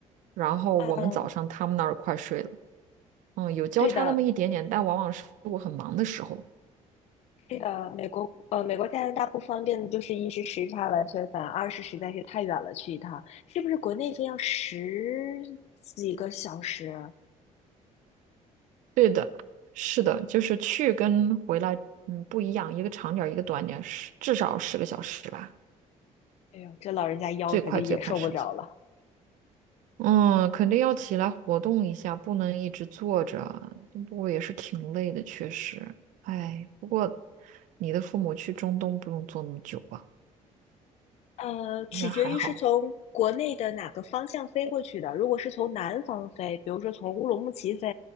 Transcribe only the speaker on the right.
然后我们早上他们那儿快睡了，
嗯，有交叉那么一点点，
但往往是我很忙的时候。
对的，是的，就是去跟回来，嗯，不一样，一个长点儿，一个短点儿，十至少十个小时吧，
最快最快十个小时。嗯，肯定要起来活动一下，不能一直坐着啊。不过也是挺累的，确实。哎，不过你的父母去中东不用坐那么久吧？
应该还好。